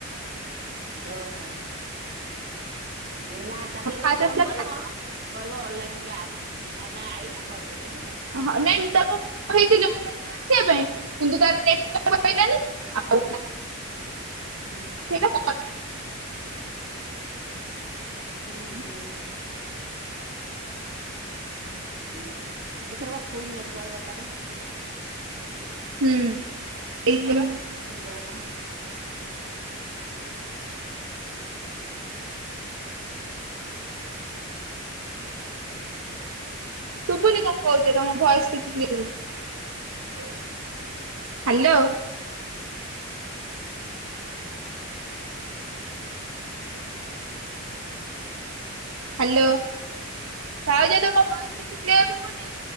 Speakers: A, on the right; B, on the right.
A: ଓହୋ। ନାଇଁ ତାକୁ ଯେତେବେଳେ
B: ଫାଷ୍ଟ
A: ଫୋନ
B: ଆସିଲା
A: କରିବ କହିବ ଅନଲାଇନ କି ଆସେ ଆଉ ନାଇଁ ଆଇଲେ କଲ୍ କରିବ ହେଲା।
B: ହଁ ନାଇଁ ମୁଁ ତାକୁ କହିଥିଲି ଅନଲାଇନ କୁ ଆସିବା ପାଇଁ କିନ୍ତୁ ତାର ନେଟୱର୍କ ରହିଲାନି ଆଉ
A: ହୁଁ
B: <unintelligible>
A: ହୁଁ ହୁଁ। ହଁ ଏଇଥିରେ ବା ଫୁଲ ନେଟୱର୍କ ଦରକାରେ।
B: ହୁଁ ଏଇ ବା
A: ନେଟୱର୍କ ନହେଲେ
B: ଶୁଭୁନି କଣ କହୁଛ ତମ ଭଏସ କିଛି କ୍ଲିୟର ହ୍ୟାଲୋ। ହ୍ୟାଲୋ ଭାଉଜ ତମ ଭଏସ କିଛି କ୍ଲିୟର ଶୁଭୁନି।